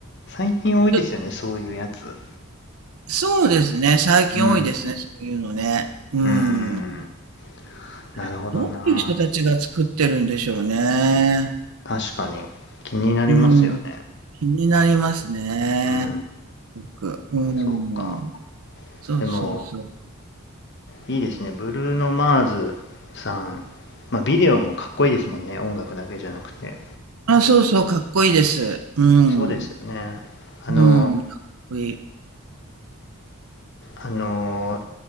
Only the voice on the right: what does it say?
ちょ
そうですね。最近多いですね。
そういうのね。うん。
あれどういう人たちが作ってるんでしょうね。
うん。気になりますね。
すごく。うん。
そうそうそう。
あ、そうそう、かっこいいです。うん。
うん、かっこいい。